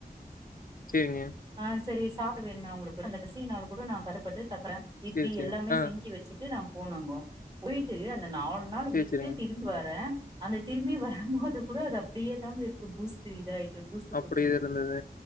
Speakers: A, on the left (about 60°); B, on the right (about 30°).
A: சேரிங்க
B: ஆ சேரிஸ் சாப்ட வேணுமே அவங்களுக்கு அந்த கடைசி நாள் கூட நா கஷ்டப்பட்டு தக்கர இப்டி
A: சேரி சேரிங்க
B: எல்லாமே
A: ஆ
B: செஞ்சு வெச்சுட் வந்து போனங்கோ போயிட்டு அந் இந்த நாலு நாள்
A: சேரி
B: விட்டு
A: சேரிங்க
B: திரும்பி வர அந்த திரும்பி வரும்போது கூட அது அப்டியே தாங்க இருக்கு பூஸ்ட்டு இது ஆயிட் இந்த பூஸ்ட்டு
A: அப்டியே
B: குடுச்சுட்டு
A: இருந்தது